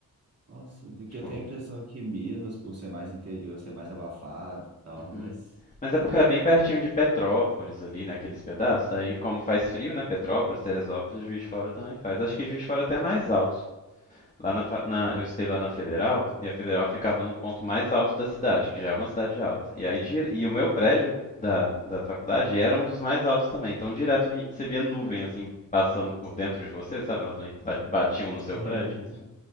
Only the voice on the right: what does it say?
Nossa, porque
eu tenho a impressão que Minas, por ser mais interior, ser mais abafado e tal,
mas...
Ai,
que bom.
<laughs>
Sei.